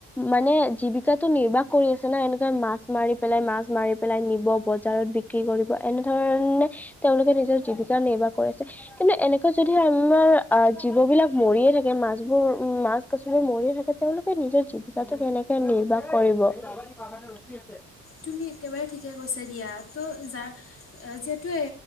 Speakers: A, in the centre; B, on the left.
A: মানে জীৱিকাটো নিৰ্বাহ কৰি আছে না এনেকুৱা মাছ মাৰি পেলাই মাছ মাৰি পেলাই নিব বজাৰত বিক্ৰী কৰিব এনেধৰণে তেওঁলোকে নিজৰ জীৱ ন নিৰ্বাহ কৰিছে কিন্তু এনেকৈ যদি আমাৰ আহ জীৱ বিলাক মৰিয়ে থাকে মাছবোৰ মাছ কাছ মৰি থাকে তেওঁলোকে নিজৰ জীৱিকাটো কেনেকে নিৰ্বাহ কৰিব।
B: তুমি একেবাৰে ঠিকে কৈছা দিয়া ত' যাৰ যিহেতু